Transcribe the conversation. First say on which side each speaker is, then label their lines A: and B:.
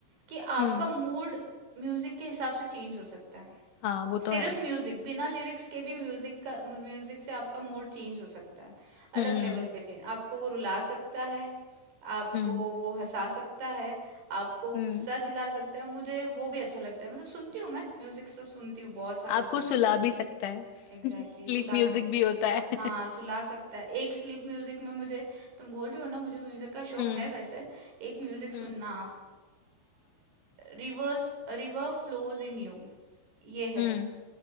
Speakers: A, on the right; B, on the left.
A: कि आपका
B: हम्म
A: मूड म्यूजिक के हिसाब से चेंज हो सकता है
B: हाँ वो तो
A: सिर्फ
B: है
A: म्यूजिक बिना लिरिक्स के भी म्यूजिक का म्यूजिक से आपका मूड चेंज हो सकता है
B: हम्म
A: अलग लेवल पे चेंज आपको वो रुला सकता है आपको
B: हम्म
A: वो हंसा सकता है आपको वो
B: हम्म
A: गुस्सा दिला सकता है मुझे वो भी अच्छा लगता है मतलब सुनती हूँ मैं म्यूजिक तो सुनती हूँ बहुत सारा
B: आपको
A: सुनती
B: सुला
A: हूँ
B: भी सकता है
A: एग्जैक्टली
B: <laughs> स्लीप
A: exactly, सुला
B: म्यूजिक
A: सकता
B: भी
A: है
B: होता है <laughs>
A: हाँ सुला सकता है एक स्लीप म्यूजिक में मुझे तुम बोल रहे हो ना मुझे म्यूजिक का शौक
B: हम्म
A: है वैसे एक म्यूजिक सुनना
B: हम्म
A: आप रिवर्स रिवर फ्लोज इन यू ये
B: हम्म
A: है